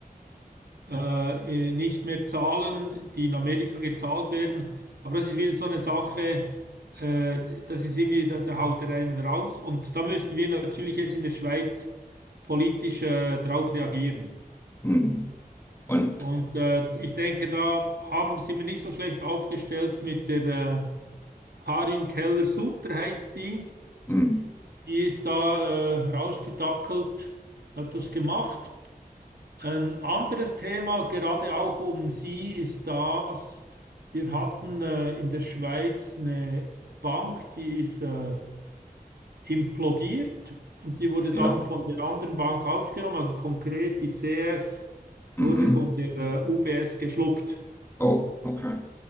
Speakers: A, on the right; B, on the left.
A: äh, nicht mehr zahlen, die in Amerika gezahlt werden. Aber das ist wieder so eine Sache, äh, das ist irgendwie, da, da haut er einen raus. Und da müssen wir natürlich jetzt in der Schweiz politisch äh, darauf reagieren.
B: hm. Und,
A: Und äh, ich denke, da haben, sind wir nicht so schlecht aufgestellt mit der... Äh, Karin Keller-Sutter heißt die.
B: hm,
A: Die ist da äh, rausgedackelt, hat das gemacht. Ein anderes Thema, gerade auch um sie, ist das, wir hatten äh, in der Schweiz eine Bank, die ist äh, implodiert und die wurde
B: ja.
A: dann von der anderen Bank aufgenommen, also konkret die CS
B: Mhm.
A: wurde von der äh, UBS geschluckt.
B: Oh, okay.